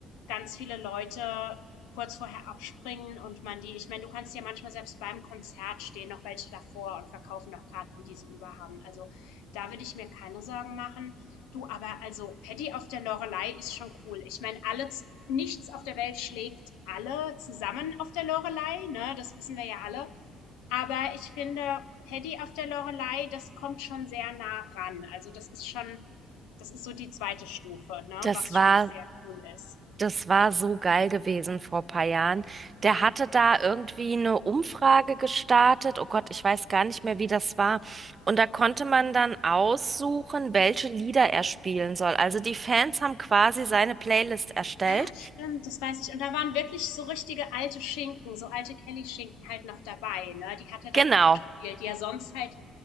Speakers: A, on the left; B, on the right.
A: ganz viele Leute kurz vorher abspringen und man die, ich meine, du kannst ja manchmal selbst beim Konzert stehen noch welche davor und verkaufen noch Karten, die sie über haben. Also da würde ich mir keine Sorgen machen. Du, aber also Paddy auf der Lorelei ist schon cool. Ich meine, alle, z- nichts auf der Welt schlägt alle zusammen auf der Lorelei, ne? Das wissen wir ja alle. Aber ich finde, Paddy auf der Lorelei, das kommt schon sehr nah ran. Also das ist schon, das ist so die zweite Stufe, ne?
B: Das
A: Was
B: war
A: schon sehr cool ist.
B: Das war so geil gewesen vor paar Jahren. Der
A: Mm.
B: hatte da irgendwie eine Umfrage gestartet. Oh Gott, ich weiß gar nicht mehr, wie das war. Und da konnte man dann aussuchen, welche Lieder er spielen soll. Also die Fans haben quasi seine Playlist erstellt.
A: Ah, stimmt, das weiß ich. Und da waren wirklich so richtige alte Schinken, so alte Kelly-Schinken halt noch dabei, ne? Die hat er dann
B: Genau.
A: auch gespielt, die ja sonst halt,